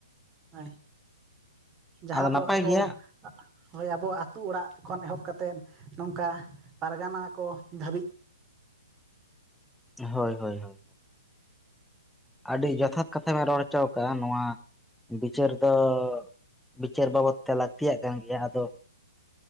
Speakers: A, on the right; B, in the centre.
A: ᱦᱚᱭ ᱡᱟᱦᱟᱸ
B: ᱟᱫᱚ ᱱᱟᱯᱟᱭ
A: ᱫᱚ ᱟᱵᱚ
B: ᱜᱮᱭᱟ
A: ᱦᱳᱭ ᱟᱵᱚ ᱟᱹᱛᱩ ᱚᱲᱟᱜ ᱠᱷᱚᱱ ᱮᱦᱚᱵ ᱠᱟᱛᱮᱫ ᱱᱚᱝᱠᱟ ᱯᱟᱨᱜᱟᱱᱟ ᱠᱚ ᱫᱷᱟᱹᱵᱤᱡ᱾
B: ᱦᱳᱭ ᱦᱳᱭ ᱦᱳᱭ, ᱟᱹᱰᱤ ᱡᱚᱛᱷᱟᱛ ᱠᱟᱛᱷᱟᱢ ᱵᱮᱱ ᱨᱚᱲ ᱦᱚᱪᱚ ᱟᱠᱟ-ᱟ ᱱᱚᱣᱟ ᱵᱤᱪᱟᱹᱨ ᱫᱚ ᱵᱤᱪᱟᱹᱨ ᱵᱟᱵᱚᱫ ᱛᱮ ᱞᱟᱹᱠᱛᱤᱭᱟᱜ ᱠᱟᱱ ᱜᱮᱭᱟ ᱟᱫᱚ